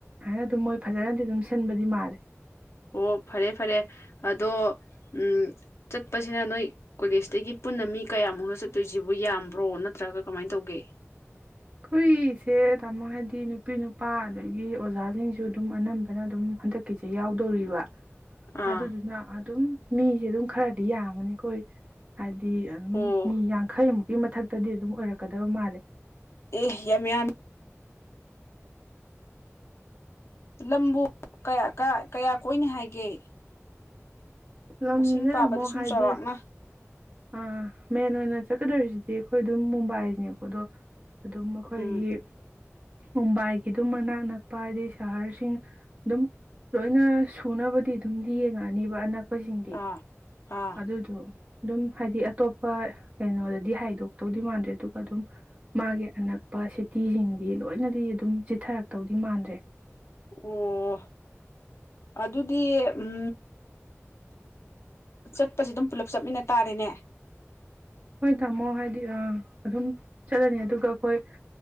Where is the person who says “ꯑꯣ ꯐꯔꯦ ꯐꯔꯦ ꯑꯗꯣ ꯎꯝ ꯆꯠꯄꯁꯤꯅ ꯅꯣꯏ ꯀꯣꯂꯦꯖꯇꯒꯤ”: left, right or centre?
Left